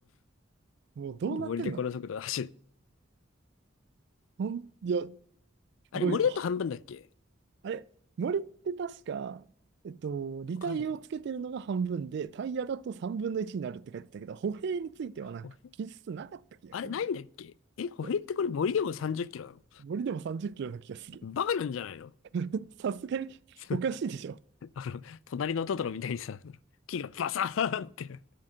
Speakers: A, on the right; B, on the left.
A: もうどうなってんの
B: なんで森でこの速度で走る
A: ほん、いや、
B: あれ、
A: すごいわ。
B: 森だと半分だっけ
A: あれ、森って確か、えっと、履帯をつけてるのが半分で、
B: なんかあるよね。
A: タイヤだと3分の1になるって書いてたけど、歩兵についてはなんか記述なかった気がするんだよね。
B: 歩兵あれ、ないんだっけえ、歩兵ってこれ森でも30キロなの
A: そう森でも30キロな気がする。
B: バカなんじゃないの
A: <laughs> さすがにおかしいでしょ。
B: <laughs> あの、隣のトトロみたいにさ、木がバサーンって